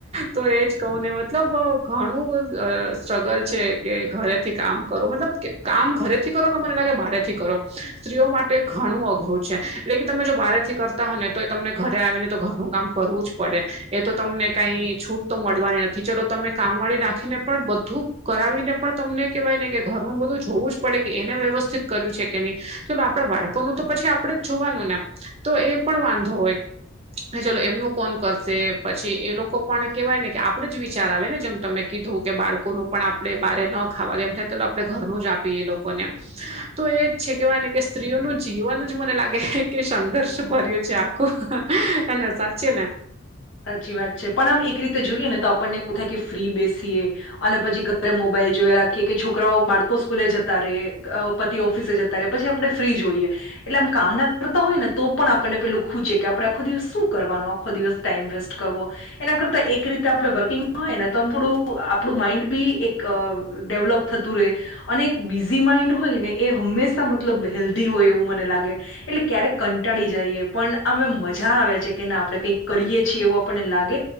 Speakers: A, on the right (about 30°); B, on the left (about 70°).
A: તો એજ કહું ને વધ મતલબ ઘણું અ સ્ટ્રગલ છે. કે ઘરેથી કામ કરો મતલબ કામ ઘરેથી કરો કે મને લાગે બારેથી કરો સ્ત્રીઓ માટે ઘણું અઘરું છે એટલે કે તમે જો બારે થી કરતા હો ને તો તમને ઘરે આવીને તો ઘરનું કામ કરવું જ પડે એ તો તમને કાઈ છૂટ તો મળવાની નથી ચલો તમે કામવાળી રાખીને પણ બધું કરાવીને પણ તમને કેહવાય ને કે ઘરનું બધું જોવું જ પડે કે એને વ્યવસ્થિત કર્યું છે કે નય. ચલો આપણા બાળકોનું તો પછી આપણેે જ જોવાનું ને તો એ પણ વાંધો હોય. ચલો એમનું કોણ કરશે પછી એ લોકો પણ કેવાય ને કે આપડે જ વિચાર આવે ને જેમ તમને કીધું કે બાળકોનું પણ આપણે બારે ન ખાવા દય એમ કે આપણે ઘરનું જ આપીએ એ લોકોને તો એજ છે કેહવાય ને કે સ્ત્રીઓનું જીવન જ મને લાગે કે સંઘર્ષ ભર્યું છે આ. હા ને સાચુ ને.
B: સાચી વાત છે પણ આમ એક રીતે જોઈએ ને તો આપણને એવું થાય કે ફ્રી બેસીએ. અને પછી ઘરે મોબાઈલ જોયા ક કે કે છોકરાઓ બાળકો સ્કૂલે જતા રેય, પતિ ઓફિસે જતા રેય પછી આપણે ફ્રી જ હોઈએ. એટલે આમ કામના કરતા હોય ને તો પણ આપણને પેલું ખૂચે કે આપણે આખો દિવસ શું કરવાનું. આખો દિવસ ટાઈમ વેસ્ટ કરવો. એના કરતા એક રીતે આપણે વર્કિંગ માં હોય ને તો આમ થોડું આપણું માઈન્ડ બી એક ડેવલોપ થતું રેય અને એક બીઝી માઇન્ડ હોય ને એ હંમેશા મ મતલબ હેલ્ધી હોય એવું મને લાગે. એટલે ક્યારેક કંટાળી જઈએ પણ આમ મજા આવે છે કે ના આપણે કંઈક કરીએ છીએ એવું આપણને લાગે